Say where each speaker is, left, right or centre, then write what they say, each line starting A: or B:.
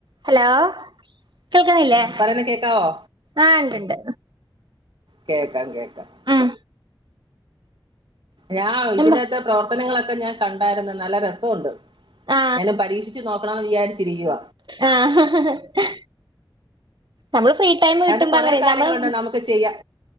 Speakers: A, on the right; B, on the right.
A: Hello കേൾക്കിണില്ലേ
B: പറയുന്ന കേക്കാവോ
A: ആഹ് ഉണ്ട്ണ്ട്
B: കേക്കാം കേക്കാം
A: ഉം
B: ഞാൻ ഇതിനത്തെ
A: എന്താ
B: പ്രവർത്തനങ്ങളൊക്കെ ഞാൻ കണ്ടായിരുന്നു നല്ല രസുണ്ട്
A: ആ
B: ഞാനത് പരീക്ഷിച്ച് നോക്കണംമെന്ന് വിചാരിച്ചിരിക്കുവ
A: ആഹ ഹഹഹ നമ്മള് ഫ്രീ ടൈം കിട്ടുമ്പോ
B: അയ്ൻ്റെ കുറെ
A: അങ്ങനെ
B: കാര്യങ്ങളുണ്ട്
A: നമ്മള്
B: നമുക്ക് ചെയ്യാൻ